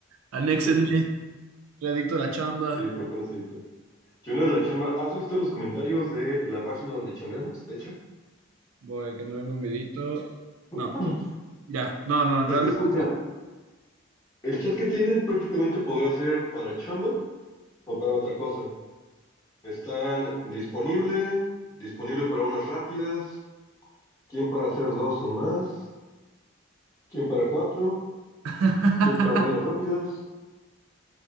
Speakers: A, on the right; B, on the left.
A: anéxenme.
B: <laughs>
A: Soy adicto a la chamba.
B: Sí, por qué no se de la chamba, ¿has visto los comentarios de la página donde chambeamos? De hecho,
A: Voy, que ando viendo un videito. No,
B: <laughs>
A: ya, no, no,
B: es
A: realmente.
B: que escucha, el chat que tienen prácticamente podría ser para chamba o para otra cosa. Están disponible, disponible para unas rápidas, quién para hacer dos o más, quién para cuatro,
A: <laughs>
B: quién para varias rápidas,